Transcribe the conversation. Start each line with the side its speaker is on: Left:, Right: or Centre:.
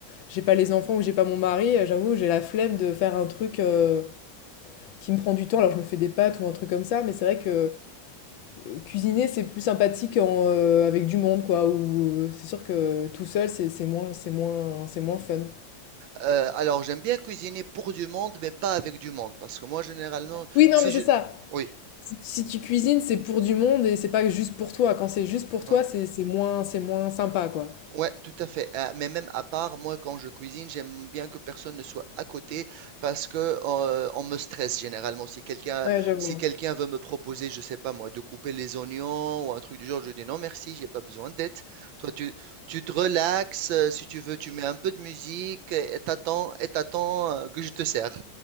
Left: j'ai pas les enfants ou que j'ai pas mon mari, euh, j'avoue j'ai la flemme de faire un truc euh, qui me prend du temps. Alors je me fais des pâtes ou un truc comme ça, mais c'est vrai que euh, cuisiner c'est plus sympathique en, euh, avec du monde quoi. Ou euh, c'est sûr que tout seul c'est c'est moins c'est moins c'est moins fun.
Right: Heu, alors j'aime bien cuisiner pour du monde, mais pas avec du monde, parce que moi généralement
Left: Oui non
Right: si
Left: mais
Right: je
Left: c'est ça.
Right: oui,
Left: Si, si tu cuisines, c'est pour du monde et c'est pas juste pour toi. Quand c'est juste pour toi,
Right: hein.
Left: c'est c'est moins, c'est moins sympa, quoi.
Right: Ouais, tout à fait. Euh, mais même à part, moi, quand je cuisine, j'aime bien que personne ne soit à côté parce que euh, on me stresse généralement. Si quelqu'un,
Left: Ouais, je vois.
Right: si quelqu'un veut me proposer, je sais pas moi, de couper les oignons ou un truc du genre, je dis non merci, j'ai pas besoin d'aide. Toi, tu, tu te relaxes. euh, Si tu veux, tu mets un peu de musique et t'attends, et t'attends euh, que je te sers.